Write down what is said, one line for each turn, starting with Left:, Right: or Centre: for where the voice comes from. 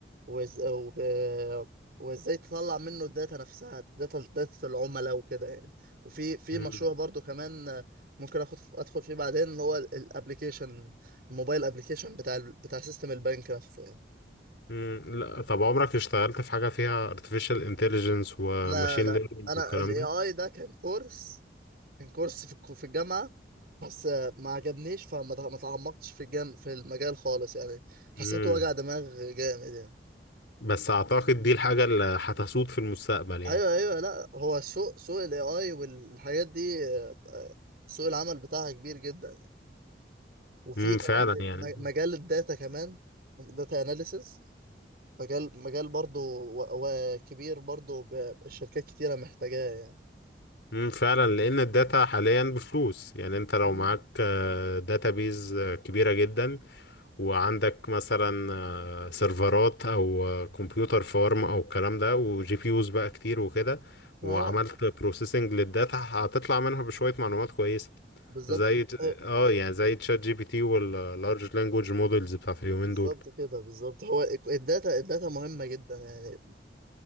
Right: وز... وب... وازاي تطلع منه الداتا نفسها داتا داتا العملاء وكده يعني وفي في
Left: امم
Right: مشروع برضو كمان ممكن اخد ادخل فيه بعدين اللي هو الابلكيشن الموبايل ابلكيشن بتاع ال... بتاع سيستم البنك نفسه يعني
Left: امم لا طب عمرك اشتغلت في حاجة فيها artificial intelligence وماشين
Right: لا لا
Left: ليرنينج
Right: انا
Left: والكلام
Right: الاي
Left: ده
Right: اي ده كان كورس كان كورس في الك- في الجامعه بس آه، ما عجبنيش فما ما تعمقتش في الجام في المجال خالص يعني حسيته
Left: امم
Right: وجع دماغ جامد يعني
Left: بس اعتقد دي الحاجة اللي هتسود في المستقبل يعني
Right: ايوه ايوه لا هو سوق سوق الاي اي والحاجات دي آه، آه، سوق العمل بتاعها كبير جدا وفي
Left: امم
Right: كمان
Left: فعلا يعني
Right: م- مجال الداتا كمان داتا اناليسز مجال مجال برضو و- وكبير برضو ب- الشركات كتيرة محتاجاه يعني
Left: امم فعلا لان الداتا حاليا بفلوس يعني انت لو
Right: مم.
Left: معاك داتابيز كبيرة جدا وعندك مثلا آه، سيرفرات او آه، كمبيوتر فارم او الكلام ده وجي بي يوز بقى كتير وكده
Right: اه
Left: وعملت بروسيسنج للداتا هتطلع منها بشوية معلومات كويسة
Right: بالظبط
Left: زي ت-
Right: آه،
Left: اه يعني زي تشات جي بي تي واللارج لانجوج مودلز بتاعت اليومين
Right: بالظبط
Left: دول
Right: كده بالظبط هو الك- الداتا الداتا مهمة جدا يعني